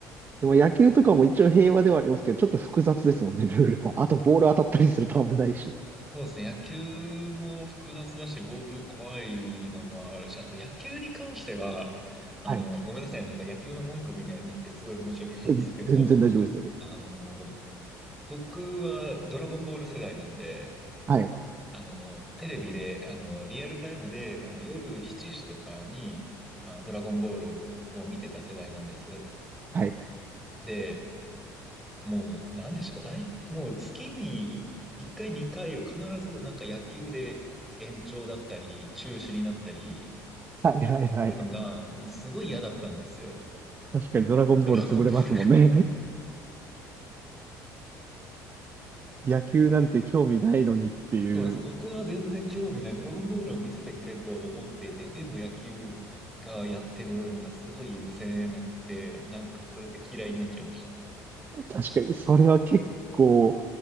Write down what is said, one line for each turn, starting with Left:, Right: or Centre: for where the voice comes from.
Right: でも野球とかも一応平和ではありますけど、ちょっと複雑ですもんね、ルールが。あと、ボール当たったりすると危ないし。
Centre: そうですね。野球も複雑だし、ボール怖いのもあるし、あと野球に関しては、あの、
Right: はい。
Centre: ごめんなさい。なんか野球の文句みたいになってすごい申し訳ないんですけど、
Right: え全然大丈夫ですよ。
Centre: あの、僕はドラゴンボール世代なんで、
Right: はい。
Centre: あの、テレビで、あの、リアルタイムで、あの、夜7時とかに、あの、ドラゴンボールを見てた世代なんです。
Right: はい。
Centre: で、もう、なんでしょうか、大、もう月に1回、2回は必ず、なんか野球で延長だったり、中止になったり
Right: はいはいはい。
Centre: するのが、もうすごい嫌だったんですよ。
Right: 確かにドラゴンボール潰れますもんね。
Centre: ドラゴンボールが。
Right: <laughs> 野球なんて興味ないのにっていう。
Centre: そうなんですよ。僕は全然興味ない。ドラゴンボールを見せてくれと思っていて、でも野球がやってるのがすごい許せなくて、なんかそれで嫌いになっちゃいました。
Right: 確かに、それは結構、